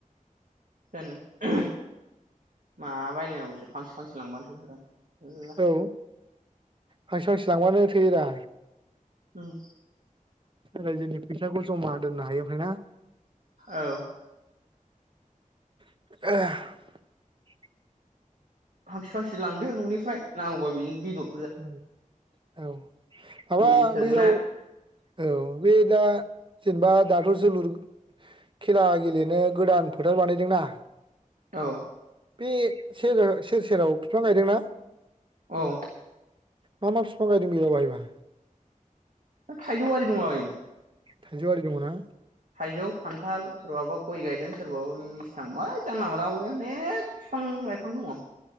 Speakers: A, on the right; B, on the right.
A: जानो <unintelligible> मा बायलायनांगौसै फांसे फांसे लांबानो थोथारो । मेल्ला
B: औ फांसे फांसे लांबानो थोयोरा।
A: उम
B: राज्योनि फैसाखौ जमा दोननो हायो ओमफ्राय ना
A: औ
B: <inaudible>
A: फांसे फांसे लांदो न'निफ्राय नांगौबा बेजों बेदर
B: उम औ माबा
A: बेनि फैसाजों
B: बैयाव
A: ना
B: औ बे दा जेनेबा दाथ जोलुर खेला गेलेनो गोदान फोथार बानायदोंना
A: औ
B: बे सेर सेर सेराव फिफां गायदोंना ।
A: औ
B: मा मा फिफां गायदोंं बेयावहायबा?
A: थाइजौआरि दंलाबायोनो।
B: थाइजौआरि दङो ना
A: थाइजौ खान्थाल सोरबाबा गय गायदों सोरबाबा मिस्थां मा जानला मोनला अनेख बिफां लाइफां दङ।